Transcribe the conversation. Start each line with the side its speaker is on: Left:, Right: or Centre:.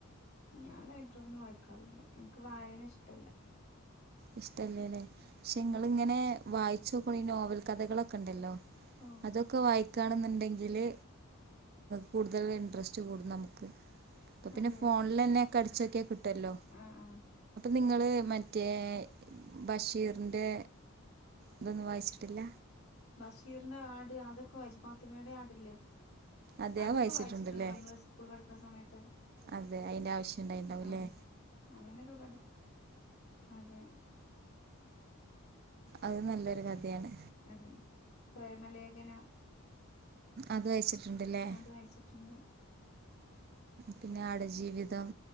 Left: ഞാൻ ലൈബ്രറിന്നന്ന് വായിക്കാറില്ല എനിക്ക് വായന ഇഷ്ടല്ല
Right: ഇഷ്ടല്ലേല്ലേ പക്ഷെ
Left: പിന്നെ
Right: നിങ്ങിങ്ങനെ വായിച്ചോക്ക ഈ നോവൽ കഥകളൊക്കെ ഉണ്ടല്ലോ
Left: ഓ
Right: അതൊക്കെ വായി ണണ്ടെങ്കില് കൂടുതൽ ഇന്ററസ്റ്റ് കൂടും നമുക്ക് അപ്പൊ പിന്നെ
Left: അതെ
Right: ഫോണിൽ തന്നെ അടിച്ചോക്കെ കിട്ടല്ലോ
Left: ആ ആ
Right: നിങ്ങള്ൾ മറ്റേ ബഷീറിന്റെ ഇതൊന്നും വായിച്ചിട്ടില്ല
Left: ബഷീറിന്റെ ആട് അതൊക്കെ വജിപ്പാത്തുമ്മയുടെ ആടില്ലേ
Right: അതെ
Left: അതൊക്കെ
Right: അത് വായിച്ചിട്ടുണ്ടല്ലേ
Left: വായിച്ചിട്ടുണ്ട് നമ്മള് സ്കൂൾ പഠിക്കണ സമയത്ത്
Right: അതെ അയിന്റെ ആവശ്യംണ്ടായിണ്ടാവുംല്ലേ
Left: ആ അങ്ങനെയൊക്കെ പഠ അതെ
Right: അത് നല്ലൊരു കഥയാണ്
Left: അതെ പ്രേമലേഖനം
Right: അത് വായിച്ചിട്ടുണ്ടല്ലേ
Left: അത് വായിച്ചിട്ടുണ്ട്
Right: പിന്നെ ആടെ ജീവിതം